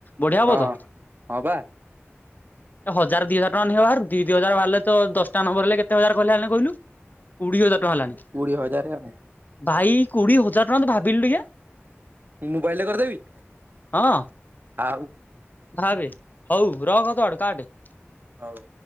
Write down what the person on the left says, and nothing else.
ବଢିଆ
ହବ ତ।
ହଜାର ଦି ହଜାର ଟଙ୍କା ନେଖା ବାହାରୁ ଦି ଦି ହଜାର ବାହାରିଲେ ତ ଦଶଟା ନବର ହେଲେ କେତେ ହଜାର କହିଲ ହେଣି କହିଲୁ। କୋଡ଼ିଏ ହଜାରଟଙ୍କା ହେଲାଣି।
ଭାଇ କୋଡିଏ ହଜାର ଟଙ୍କା ତ ଭାବିଲୁ ଟିକେ
ହଁ
ଭାବେ ହଉ ରଖ, ତୋ ଆଡୁ କାଆଟେ।